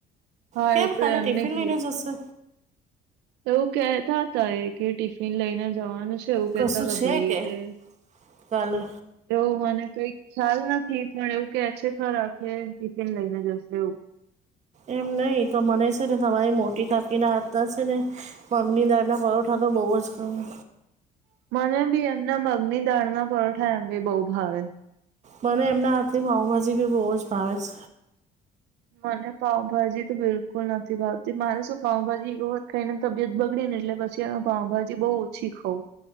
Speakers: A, on the right; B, on the right.
A: હા
B: કેમ
A: એ તો
B: કાલે
A: એમને
B: ટિફિન
A: ક
B: લઈને જશે
A: તોું કહેતા હતા એ કે ટિફિન લઈને જવાનું છે. એવું કેતા
B: કશું
A: હતા
B: છે
A: ભાઈ
B: કે
A: એટલે
B: કાલે
A: તો મને કઈ ખ્યાલ નથી પણ એવું કે છે ખરા ટિફિન લઈને જશે એવું.
B: એમ નહિ તો મને છે ને તમારી મોટી કાકી નાં હાંથ ના છે. ને મગની દાળ ના પરોઠા તો બઉુ જ ગમે
A: મને ભી એમના મગની દાળના પારોઠા એમ બી બઉુ ભાવે
B: મને એમના હાથની પાઉભાજી બી બહુ જ ભાવ છે.
A: મને પાઉભાજી તો બિલકુલ નથી ભાવતી મારે શું પઉભાજી રોજ઼ ખાઈને તબિયત બગડી ને એટલે પછીમે પાઉભાજી બહુ ઓછી ખાવું.